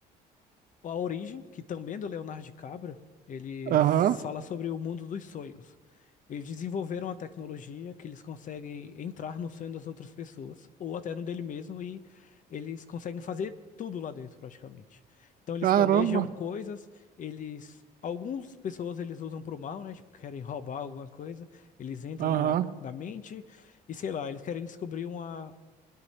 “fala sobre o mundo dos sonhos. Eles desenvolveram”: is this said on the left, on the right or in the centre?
Left